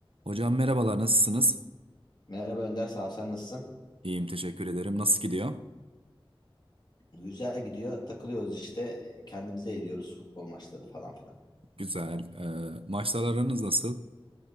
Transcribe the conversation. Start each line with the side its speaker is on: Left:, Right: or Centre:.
Right: Hocam merhabalar, nasılsınız?
Left: Merhaba Önder, sağ ol, sen nasılsın?
Right: İyiyim, teşekkür ederim. Nasıl gidiyor?
Left: Güzel gidiyor, takılıyoruz işte, e, kendimize eğliyoruz, futbol maçları falan filan.
Right: Güzel. Ee, maçlar aranız nasıl?